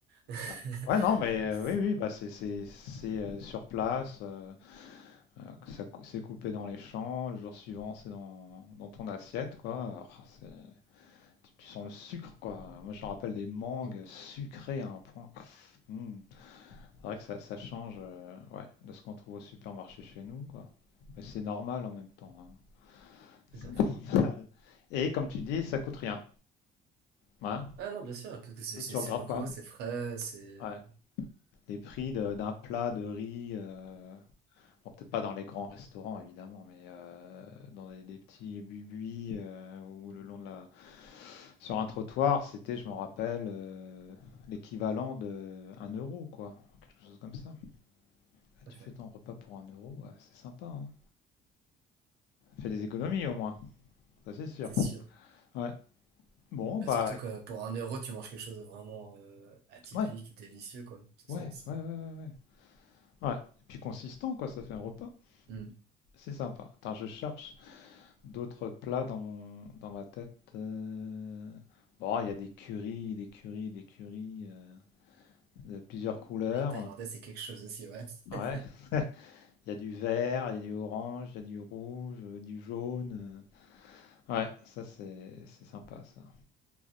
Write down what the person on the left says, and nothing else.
Ouais, Ouais, non, mais euh,
oui, oui, bah c'est c'est- c'est, euh, sur place. euh, Euh, que ça cou- c'est coupé dans les champs, le jour suivant c'est dans, dans ton assiette, quoi. Alors, c'est- tu, tu sens le sucre, quoi. Moi je me rappelle des mangues
sucrées à un point. Hmm. C'est vrai que ça, ça change euh, ouais, de ce qu'on trouve au supermarché chez nous, quoi. Mais c'est normal en même temps. hein.
C'est
<laughs>
normal. Et comme tu dis, ça coûte rien. Hein.
Tu,
tu
regardes
pas.
Ouais. Les prix de- d'un plat de riz euh, Bon, peut-être pas dans les grands restaurants, évidemment, mais euh, dans des, des petits buis ou le long de la... Sur un trottoir, c'était, je m'en rappelle, euh, l'équivalent de un euro, quoi. Quelque chose comme ça. Ah,
tu
fais
ton repas pour un euro, ouais, c'est sympa, hein. Fais des économies,
au moins. Ça, c'est sûr.
Ouais. Bon,
bah,
écoute,
ouais.
Ouais,
ouais, ouais, ouais, ouais. Ouais. Ouais. Et puis consistant, quoi, ça fait un repas.
C'est sympa. Attends, je cherche... D'autres plats dans mon dans ma tête. euh, Bon, il y a des currys, des currys, des currys euh, de plusieurs couleurs.
Ouais,
il y a du vert, il y a du orange, il y a du rouge, euh, du jaune. euh. Ouais, ça c'est c'est sympa ça.